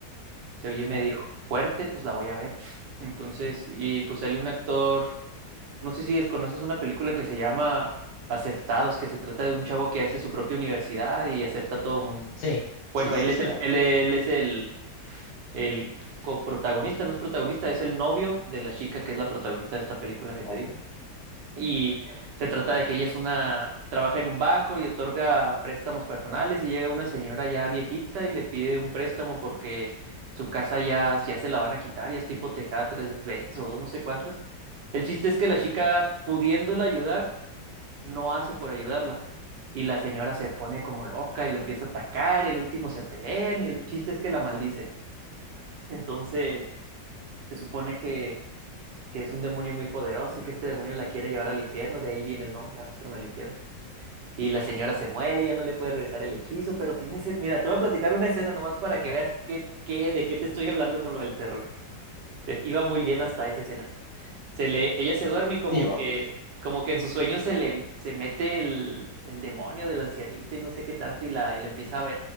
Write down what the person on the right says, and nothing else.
se oye medio
fuerte, pues la voy a ver. Entonces,
y pues sale un actor, no sé si desconoces una película que se llama Aceptados, que se trata de un chavo que hace su propia universidad y acepta a todo mundo.
Bueno,
él es
el,
él,
él es el, el coprotagonista, no es protagonista, es el novio de la chica que es la protagonista de esta película que
te digo. Y se trata de que ella es una, trabaja en un banco y otorga préstamos personales y llega una señora ya viejita y le pide un préstamo porque su casa ya, ya se la van a quitar, ya es tipo tejada tres veces o dos, no sé cuántas. El chiste es que la chica, pudiéndola ayudar, no hace por ayudarla. Y la señora se pone como loca y la empieza a atacar y el último se pelean y el chiste es que la maldice. Entonces, se supone que, que es un demonio muy poderoso y que este demonio la quiere llevar al infierno, de ahí viene el nombre, arrastrarme al infierno. Y la señora se muere, ya no le puede regresar el hechizo, pero tiene... ese- Mira, te voy a platicar una escena nomás para que
veas qué, qué, de qué te estoy hablando con lo del terror. Eh, Iba muy bien hasta esa escena. Se le, ella se duerme y como
que, como que en sus sueños se le se mete el, el demonio de la ancianita y no sé qué tanto y la, y la empieza a,